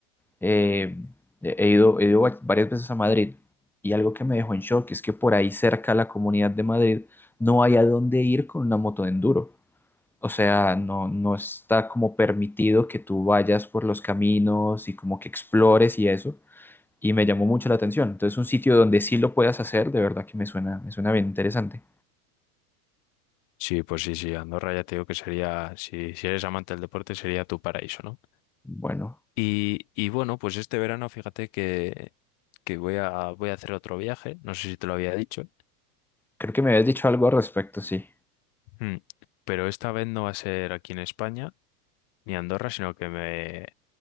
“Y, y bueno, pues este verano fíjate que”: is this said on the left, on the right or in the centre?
Left